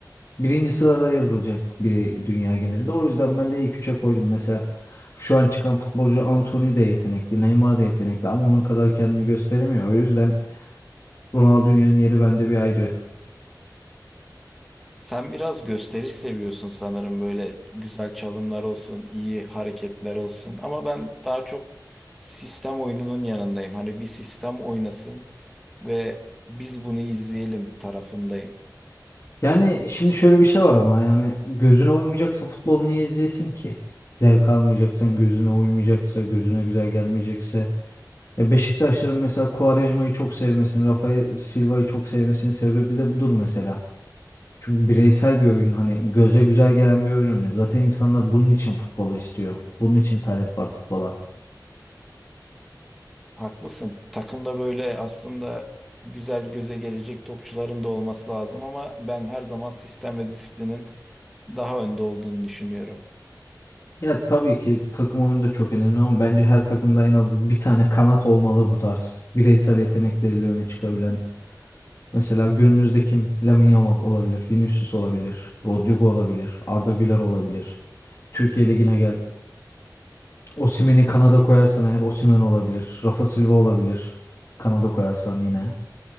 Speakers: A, on the left; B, in the centre.
A: birinci sırada yazılacak biri dünya genelinde. O yüzden ben de ilk üçe koydum. Mesela şu an çıkan futbolcu Antony de yetenekli, Neymar da yetenekli ama onun kadar kendini gösteremiyor. O yüzden Ronaldinho'nun yeri bende bir ayrı.
B: Sen biraz gösteriş seviyorsun sanırım böyle güzel çalımlar olsun, iyi hareketler olsun. Ama ben daha çok sistem oyununun yanındayım. Hani bir sistem oynasın ve biz bunu izleyelim tarafındayım.
A: Yani şimdi şöyle bir şey var ama yani gözüne uymayacaksa futbol niye izleyesin ki? Zevk almayacaksan, gözüne uymayacaksa, gözüne güzel gelmeyecekse. Ya Beşiktaşların mesela Quaresma'yı çok sevmesinin, Rafael Silva'yı çok sevmesinin sebebi de budur mesela. Çünkü bireysel bir oyun hani göze güzel gelen bir oyun oynuyor. Zaten insanlar bunun için futbolu istiyor. Bunun için talep var futbola.
B: Haklısın. Takımda böyle aslında güzel göze gelecek topçuların da olması lazım ama ben her zaman sistem ve disiplinin daha önde olduğunu düşünüyorum.
A: Ya tabii ki takım oyunu da çok önemli ama bence her takımda en az bir tane kanat olmalı bu tarz. Bireysel yetenekleriyle öne çıkabilen. Mesela günümüzde kim? Lamine Yamal olabilir, Vinicius olabilir, Rodrigo olabilir, Arda Güler olabilir. Türkiye Ligi'ne gel. Osimhen'i Kanada koyarsan eğer Osimhen olabilir, Rafa Silva olabilir. Kanada koyarsan yine.